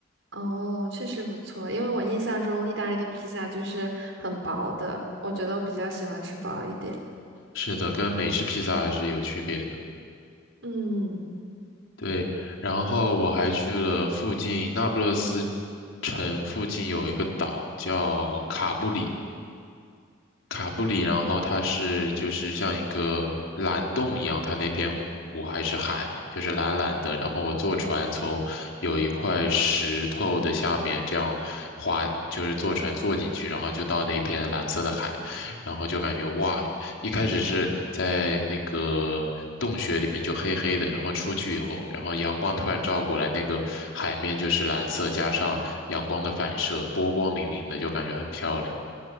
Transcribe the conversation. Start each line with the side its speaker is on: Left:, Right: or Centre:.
Right: 哦，确实不错，因为我印象中意大利的披萨就是很薄的，我觉得我比较喜欢吃薄一点。
Left: 是的，跟美式披萨还是有区别的。
Right: 嗯。
Left: 对，然后我还去了附近那不勒斯城附近有一个岛叫卡布里，卡布里，然后它是就是像一个蓝洞一样，它那片湖还是海，就是蓝蓝的。然后我坐船从有一块石头的下面这样滑，就是坐船坐进去，然后就到那片蓝色的海，然后就感觉哇，一开始是在那个洞穴里面就黑黑的，然后出去以后，然后阳光突然照过来，那个海面就是蓝色，加上阳光的反射，波光粼粼的，就感觉很漂亮。